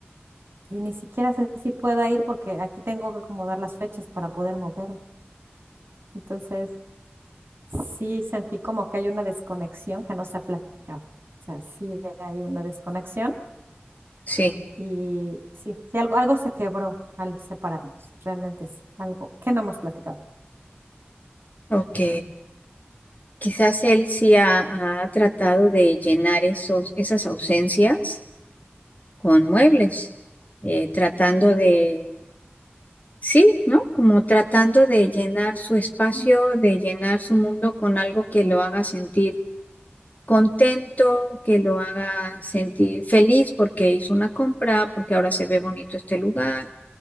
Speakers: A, on the right (about 65°); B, on the left (about 40°).
A: y ni siquiera sé si pueda ir porque aquí tengo que acomodar las fechas para poder moverme. Entonces, sí sentí como que hay una desconexión que no se ha platicado. O sea, sí hay una desconexión
B: Sí,
A: y sí, sí algo, algo se quebró al separarnos, realmente sí, algo que no hemos platicado.
B: ok. Quizás él sí ha, ha tratado de llenar esos, esas ausencias con muebles, eh, tratando de, sí, ¿no? Como tratando de llenar su espacio,
A: Mm.
B: de llenar su mundo con algo que lo haga sentir contento, que lo haga sentir feliz porque hizo una compra, porque ahora se ve bonito este lugar.